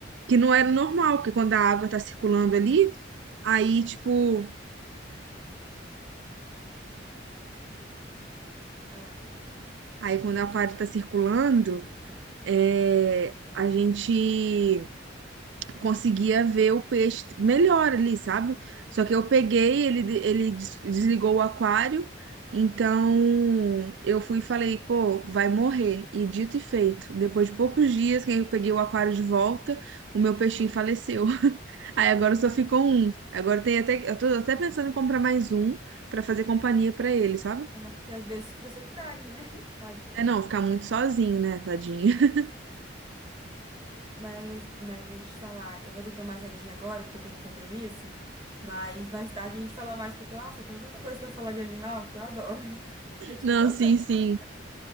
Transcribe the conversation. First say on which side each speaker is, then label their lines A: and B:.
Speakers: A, on the right; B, on the right.
A: Que não era
B: Sim.
A: normal, porque quando a água tá circulando ali, aí, tipo,
B: Ah.
A: aí quando o aquário tá circulando. é, a gente conseguia ver o peixe melhor ali, sabe?
B: Uhum.
A: Só que eu peguei, ele, de- ele des- desligou o aquário, então eu fui e falei, pô, vai morrer. E dito e feito, depois de poucos
B: Morreu.
A: dias, quando eu peguei o aquário de volta, o meu peixinho faleceu. <laughs> Aí agora
B: Ai,
A: só ficou um. Agora tem até, eu tô até pensando em comprar mais um pra fazer companhia pra ele, sabe?
B: porque às vezes fica solitário, né? <laughs> Tadinho.
A: É não, ficar muito sozinho, né, tadinho? <laughs>
B: Mas, mas mas deixa eu te falar, eu vou ter que tomar uma saidinha agora, porque eu tenho um compromisso. Mas mais tarde a gente fala mais, porque, nossa, eu tenho tanta coisa pra falar de animal que eu adoro. <laughs> Eu tive
A: Não,
B: tanto
A: sim,
B: animal.
A: sim.